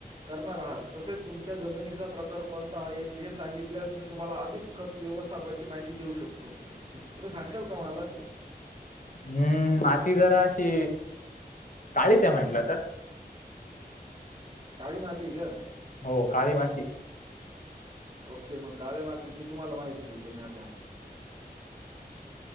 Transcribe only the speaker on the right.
करणार आहात तसेच तुमच्या जमिनीचा प्रकार कोणता आहे हे सांगितल्यास मी तुम्हाला अधिक खत व्यवस्थापची माहिती देऊ शकतो तुम्ही सांगशाल का मला
काळी माती का
ओके मग काळे्या मातीची तुम्हाला माहिती देतो मी आता